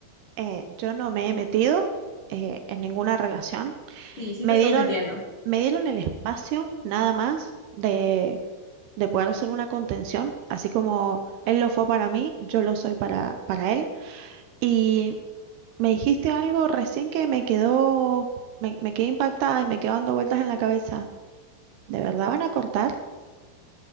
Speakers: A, on the right; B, on the left.
A: eh, yo no me he metido eh, en ninguna relación.
B: Sí, sí
A: Me
B: te estás
A: dieron,
B: metiendo.
A: me dieron el espacio nada más de, de poder hacer una contención, así como él lo fue para mí, yo lo soy para, para él. Y Me dijiste algo recién que me quedó, me, me quedé impactada y me quedó dando vueltas en la cabeza. ¿De verdad van a cortar?